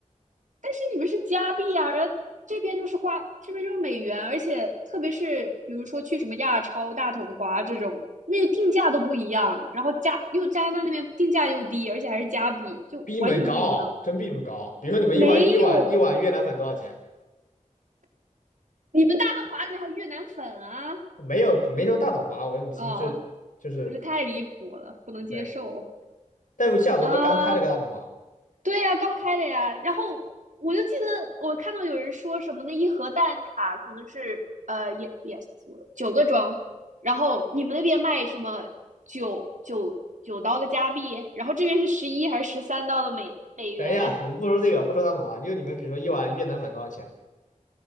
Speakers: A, on the right; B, on the left.
A: 但是你们是加币啊，然后这边就是花，这边就是美元，而且特别是比如说去什么亚超、大统华这种，那个定价都不一样，然后加又加拿大那边定价又低，而且还是加币，就完全不一样。
B: 比你们高，真比你们高。比如说你们一碗一碗一碗越南粉多少钱？
A: 没有，你们大统华里面还有越南粉啊！
B: 没有没说大董华，我说你们心智就是
A: 哦，我这太离谱了，不能接受
B: 对。但是西雅图不是刚开了个大统华吗？
A: 啊！对呀、刚开的呀。然后我就记得我看到有人说什么那一盒蛋挞可能是呃也也是九个装，然后你们那边卖什么九九九刀的加币，然后这边是十一还是十三刀的美美元，
B: 等一下，我们不说这个，不说大统华，就你们比如说一碗越南粉多少钱，